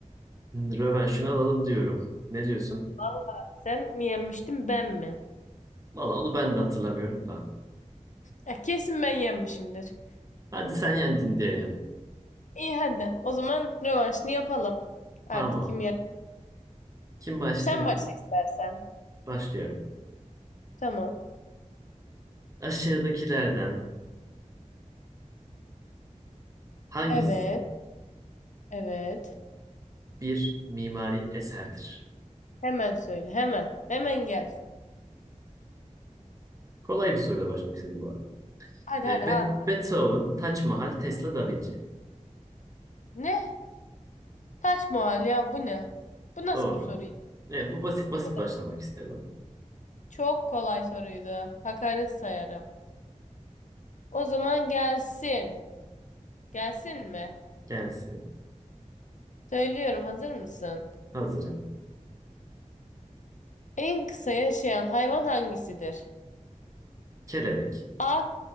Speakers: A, on the right; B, on the left.
A: Hmm, Rövanşını alalım diyorum. Ne diyorsun?
B: Valla sen mi yenmiştin ben mi?
A: Valla onu ben de hatırlamıyorum da.
B: Eh, kesin ben yenmişimdir.
A: Hadi sen yendin diyelim.
B: İyi hadi. O zaman rövanşını yapalım. Artık
A: Tamam.
B: kim yer?
A: Kim başlıyor?
B: Sen başla istersen.
A: Başlıyorum.
B: Tamam.
A: Aşağıdakilerden hangisi
B: Evet. Evet.
A: bir mimari eserdir?
B: Hemen söyle. Hemen. Hemen gelsin.
A: Kolay bir soruyla başlamak istedim bu arada.
B: Hadi
A: Ee,
B: hadi.
A: Be-
B: Ah.
A: Beethoven, Taç Mahal, Tesla, Da Vinci.
B: Ne? Taç mahal ya bu ne? Bu nasıl
A: Doğru.
B: bir soru? ya?
A: Ee, bu basit
B: Ne
A: basit
B: kadar-
A: başlamak istedim.
B: Çok kolay soruydu. Hakaret sayarım. O zaman gelsin. Gelsin mi?
A: Gelsin.
B: Söylüyorum, hazır mısın?
A: Hazırım.
B: En kısa yaşayan hayvan hangisidir?
A: Kelebek,
B: A.